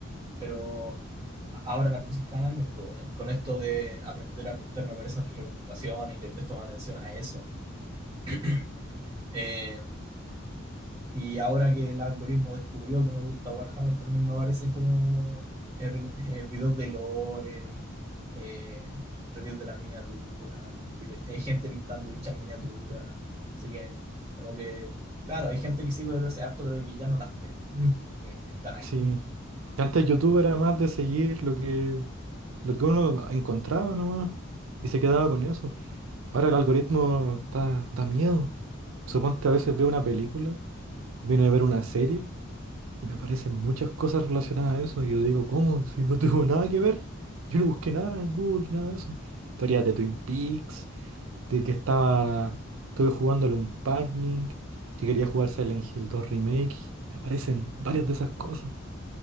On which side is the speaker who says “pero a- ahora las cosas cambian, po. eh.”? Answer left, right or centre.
Right